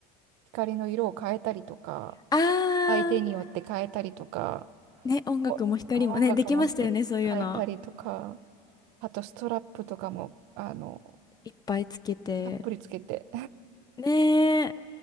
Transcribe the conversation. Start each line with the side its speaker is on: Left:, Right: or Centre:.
Right: 光の色を変えたりとか、
Left: あ
Right: 相手によって変えたりとか、
Left: ー、ね、音楽も光もね、
Right: お音楽も人に変えたりとか、
Left: できましたよね、そういうの。
Right: あとストラップとかも、あの、
Left: いっぱいつけて。
Right: たっぷりつけて、
Left: ねえ、